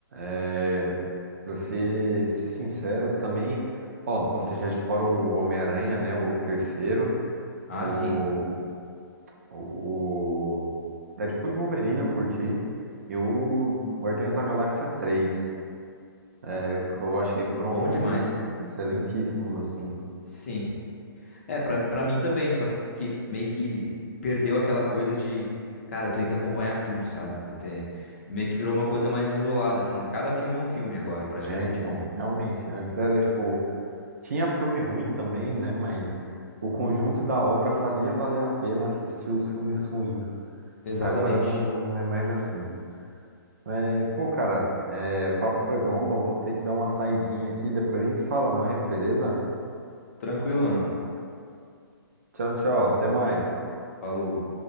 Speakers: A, on the right; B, on the left.
A: é, pra ser, pra ser sincero, também. Ó, não posso deixar de fora o Homem-Aranha, né? O terceiro.
B: Ah,
A: O.
B: sim.
A: O. Deadpool e Wolverine eu curti. E o Guardiões da Galáxia 3, É, o que eu achei que foram
B: Bom
A: filmes
B: demais.
A: excelentíssimos, assim.
B: Sim. É, pra, pra mim também, só que meio que perdeu aquela coisa de, cara, eu tenho que acompanhar tudo, sabe? Eu te- meio que virou uma coisa mais isolada, assim. Cada filme é um filme agora, praticamente,
A: É, então,
B: pra mim.
A: realmente. Antes era tipo. Tinha filme ruim também, né? Mas o conjunto da obra fazia valer a pena assistir os filmes ruins.
B: Exatamente.
A: Agora não, não é mais assim. É, pô, cara, é, o papo foi bom, mas eu vou ter que dar uma saidinha aqui. Depois a gente fala mais, beleza?
B: Tranquilo, mano.
A: Tchau, tchau. Até mais.
B: Falou.